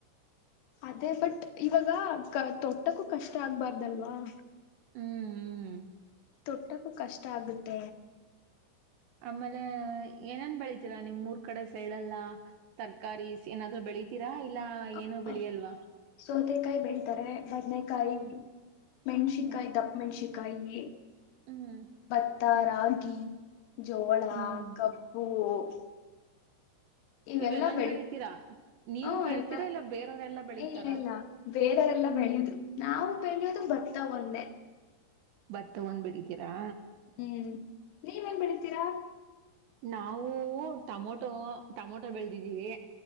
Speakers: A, on the left (about 75°); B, on the right (about 70°).
A: ಅದೇ ಬಟ್ ಇವಾಗ ತೊಟ್ಟಕ್ಕೂ ಕಷ್ಟ ಆಗ್ಬಾರ್ದಲ್ವಾ., -
B: ಹ್ಮ್, ಹ್ಮ್-
A: ತೊಟ್ಟಕ್ಕೂ ಕಷ್ಟ ಆಗುತ್ತೆ.
B: ಆಮೇಲೆ ಏನೇನ್ ಬೆಳಿತೀರಾ ನಿಮ್ ಮೂರ್ ಕಡೆ ಸೈಡ್ ಎಲ್ಲಾ ತರ್ಕಾರಿಸ್ ಏನಾದ್ರೂ ಬೆ- ಬೆಳಿತೀರಾ ಇಲ್ಲ
A: ಹ
B: ಏನೋ ಬೆಳಿಯಲ್ವಾ, -
A: ಸೌತೆಕಾಯಿ ಬೆಳ್ತಾರೆ. ಬದನೆಕಾಯಿ-
B: ಹ್ಮ್
A: ಮೆಣಸಿಕಾಯಿ,
B: ಹ್ಮ್
A: ದಪ್ಪ ಮೆಣ್ಸಕಾಯಿ,
B: ಹ್ಮ್
A: ಭತ್ತ, ರಾಗಿ - ಜೋಳ,
B: ಹ್ಮ್
A: ಕಬ್ಬು- ಇವೆಲ್ಲಾ
B: ಇವೆಲ್ಲನ್
A: ಬೆಳಿ,
B: ಬೆಳಿತೀರಾ ನೀವು
A: ಹ್ಮ
B: ಬೆಳಿತೀರಾ
A: ಎಲ್ಲ
B: ಇಲ್ಲ ಬೇರೆಯವರೆಲ್ಲಾ ಬೆಳಿತಾರ
A: ಇಲ್ಲ -ಇಲ್ಲ ಬೇರೆ- ಲ್ಲ ಬೆಳೆಯುದು ನಾವು ಬೆಳೆಯುದು ಭತ್ತ ಒಂದೇ.
B: ಭತ್ತ ಒಂದ್ ಬಿಳಿತೀರಾ.
A: ಹ್ಮ್, ನೀವೇನ್ ಬೆಳಿತೀರಾ.,
B: ನಾವು ಟಮೊಟೊ- ಟಮೊಟೊ ಬೆಳೆದಿದ್ದೀವಿ.